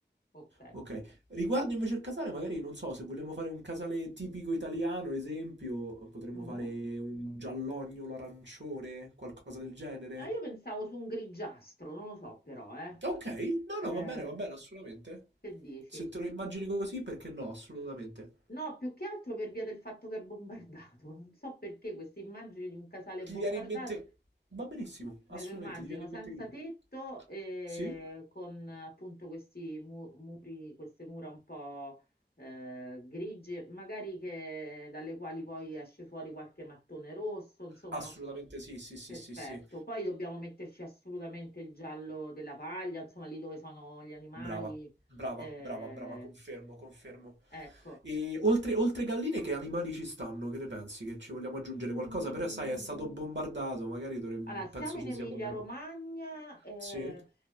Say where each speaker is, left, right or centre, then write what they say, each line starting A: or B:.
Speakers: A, on the left; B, on the right.
A: ok.
B: ok. Riguardo invece il casale, magari non so, se vogliamo fare un casale tipico italiano, esempio, potremmo
A: Mhm.
B: fare un giallognolo arancione, qualcosa del genere.
A: Ah, io pensavo su un grigiastro, non lo so però, eh.
B: Ok, no,
A: Eh,
B: no, va bene, va bene, assolutamente.
A: che dici?
B: Se te lo immagini così, perché no, assolutamente.
A: No, più che altro per via del fatto che è bombardato. Non so perché queste immagini di un casale
B: Ti
A: bombardato
B: viene in mente... Va benissimo, assolutamente,
A: Me lo immagino
B: ti viene in
A: senza
B: mente Grillo.
A: tetto, eh,
B: Sì?
A: con appunto questi mu- muri, queste mura un po' eh, grigie, magari che, dalle quali poi esce fuori qualche mattone rosso, insomma,
B: Assolutamente sì, sì, sì,
A: perfetto.
B: sì, sì.
A: Poi dobbiamo metterci assolutamente il giallo della paglia, insomma, lì dove sono gli animali.
B: Brava, brava,
A: eh,
B: brava, brava, confermo, confermo.
A: ecco.
B: E oltre, oltre galline, che animali ci stanno? Che ne pensi? Che ci vogliamo aggiungere
A: Mm,
B: qualcosa? Però, sai, è stato bombardato, magari dovremmo-
A: Allora, siamo
B: penso
A: in
B: ci
A: Emilia-Romagna,
B: sia poca roba.
A: eh,
B: Sì?